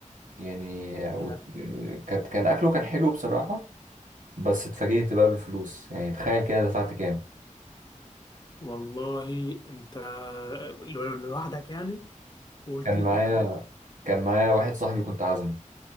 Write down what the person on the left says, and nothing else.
لا
والله انت لو- لوحدك يعني وقلت
لي
تفاجأت